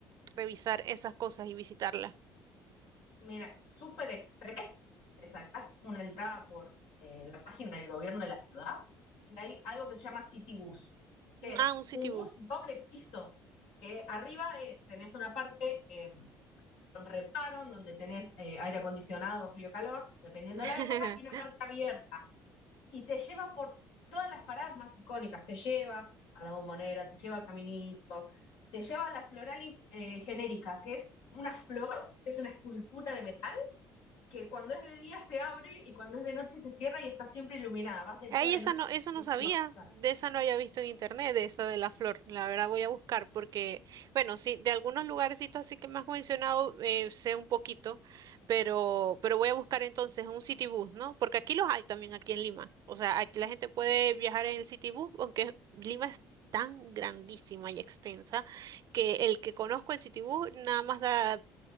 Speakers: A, on the right; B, on the left.
A: revisar esas cosas y visitarlas.
B: mira, Super Express, te sacás una entrada por eh, la página del gobierno de la ciudad, y hay algo que se llama City Bus, que es
A: Ah, un city
B: un bus
A: bus.
B: doble piso, que arriba es, tenés una parte... em, con reparo, donde tenés eh, aire acondicionado, frío, calor, dependiendo
A: <laughs>
B: de la época, y una parte abierta. Y te lleva por todas las paradas más icónicas, te lleva a la bombonera, te lleva a Caminito, te lleva a la floralis eh, genérica, que es una flor, es una escultura de metal, que cuando es de día se abre y cuando es de noche se cierra y está siempre iluminada. Vas de
A: Ay,
B: día o de
A: esa
B: noche,
A: no, eso
B: es preciosa.
A: no sabía, de esa no había visto en internet, de esa de la flor. La verdad voy a buscar porque, bueno, sí, de algunos lugarcitos así que me has mencionado eh, sé un poquito, pero, pero voy a buscar entonces un city bus, ¿no? Porque aquí los hay también aquí en Lima. O sea, aquí la gente puede viajar en el city bus, aunque Lima es tan grandísima y extensa que el que conozco el city bus nada más da